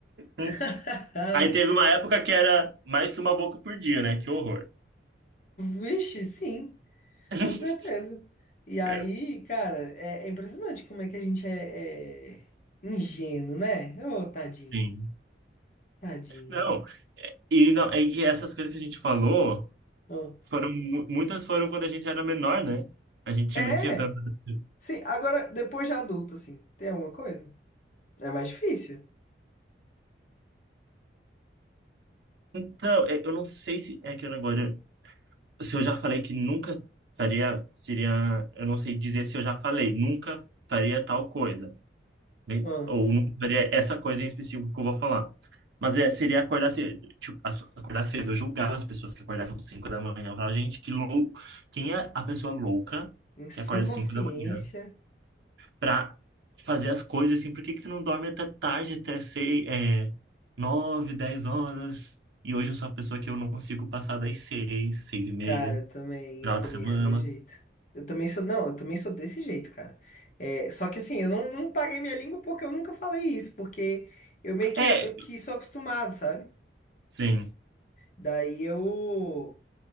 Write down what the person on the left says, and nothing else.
<laughs>
Vixe, sim,
com certeza. E aí,
cara, é, é impressionante como é que a gente é, é ingênuo, né? Ô, tadinho,
tadinho.
Ô.
É!
Sim, agora, depois de adulto, assim, tem alguma coisa? É mais difícil.
Ah,
em sã
consciência,
cara, eu também,
eu também
sou desse jeito. Eu também sou, não, eu também sou desse jeito, cara. É, só que assim, eu não, não paguei minha língua porque eu nunca falei isso, porque eu meio que,
eu que sou acostumado, sabe?
Daí eu